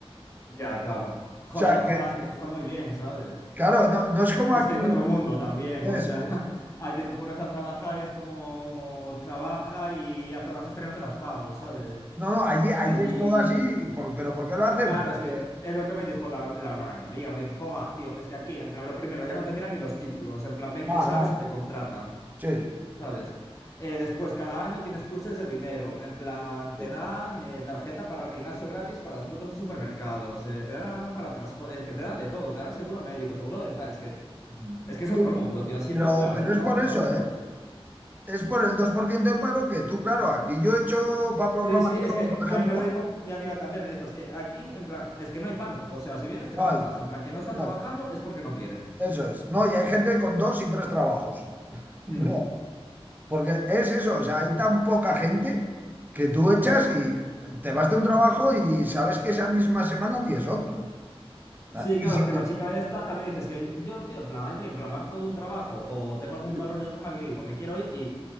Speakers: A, on the left; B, on the right.
A: Ya, claro.
B: <laughs>
A: Joder,
B: O sea,
A: ojo,
B: que,
A: vas, que eso está muy bien, ¿sabes?
B: Claro, no, no es como
A: Es
B: aquí.
A: que es otro mundo también,
B: Eso
A: o sea,
B: es.
A: <laughs> aquí te pones a trabajar y es como trabaja y hace horas extra y no te las pago, ¿sabes?
B: No, no, allí, allí
A: Allí,
B: es todo así, y por- pero ¿por qué lo hacen?
A: claro,
B: Porque,
A: es que es lo que me dijo la, la hermana de mi amiga, me dijo, joder, tío, es que aquí, en plan, lo primero, ya no te miran ni los títulos, en plan, ven
B: nada,
A: que sabes
B: nada.
A: y te contratan.
B: Sí,
A: ¿sabes? Eh, después, cada año tienes pluses de dinero. En plan, te
B: sí,
A: dan eh, tarjeta para el gimnasio gratis, para descuentos en supermercados, eh, te dan para transporte, es que te dan de todo, te dan seguro médico, seguro dental, es que
B: sí.
A: es que es otro
B: Sí,
A: mundo, tío. Así
B: Pero,
A: pues, claro,
B: pero
A: así trabajas
B: es por eso,
A: a gusto.
B: ¿eh? Es por el 2% de paro que tú, claro, aquí yo he hecho para programación,
A: Sí, sí, es que
B: por ejemplo,
A: ahí me lo dijo mi amiga también, me dijo, es que aquí, en plan, es que no hay paro. O sea, si vienes, trabajas.
B: no hay,
A: En plan, que no está
B: no
A: trabajando
B: hay.
A: es porque no quiere.
B: Eso
A: <clears throat>
B: es. No, y hay gente con dos y tres trabajos. <laughs>
A: Mm.
B: Porque es eso, o sea, hay tan poca gente que tú echas y te vas de un trabajo y sabes que esa misma semana tienes otro. Ah,
A: Sí,
B: Y
A: claro,
B: si,
A: es que la chica esta también dices que yo, tío, en plan allí, en plan mar todo un trabajo o tengo algún
B: sí,
A: mal rollo con alguien y digo, me quiero ir y,